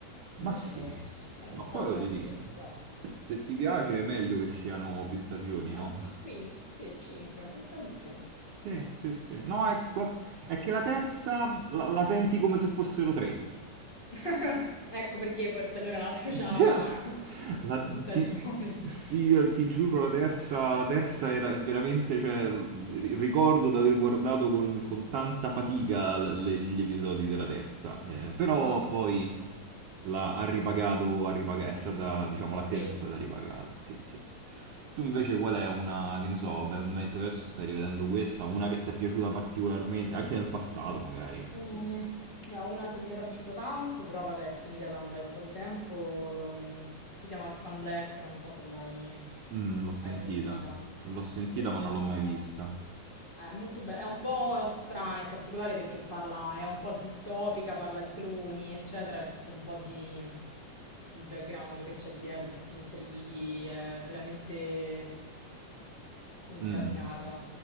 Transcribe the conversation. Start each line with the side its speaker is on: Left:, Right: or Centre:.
Left: Invece,
Right: ma sì, ma-
Left: però non
Right: ma poi
Left: trovo
Right: voglio
Left: quante
Right: dire,
Left: stagioni sono.
Right: se ti piace è meglio che siano più stagioni, no?
Left: Ah sì, qui, sì, 5, pensavo di più.
Right: Sì, sì, sì. No, è, è che la terza la, la senti come se fossero tre.
Left: <laughs> Ecco perché forse allora la associamo
Right: <laughs>
Left: a, a
Right: La,
Left: più stagioni.
Right: ti, sì,
Left: <laughs>
Right: ti giuro, la terza, la terza era veramente, cioè, ri- ricordo di aver guardato con, con tanta fatica l- le- gli episodi della terza, eh, però
Left: Ah,
Right: poi la, ha ripagato, ha ripaga- è stata, diciamo,
Left: si è
Right: l'attesa
Left: ripresa.
Right: è stata ripagata, sì, sì. Tu invece qual è una, che ne so, beh, mi hai detto che adesso stai rivedendo questa, una che ti è piaciuta particolarmente, anche nel passato magari,
Left: Mm,
Right: insomma.
Left: guarda, una che mi era piaciuta tanto, però vabbè, è finita da un bel po' di tempo. mm, Si chiama Orphan Black, non so se l'hai
Right: Mm, l'ho sentita,
Left: mai sentita.
Right: l'ho sentita
Left: Si è finita.
Right: ma non l'ho mai vista.
Left: Ah, è molto bello, è un po' strana e particolare perché parla, è un po' distopica, parla di cloni, eccetera, è tutto un po' di, di background che c'è dietro, tutti intrighi, è veramente incasinata.
Right: Mm.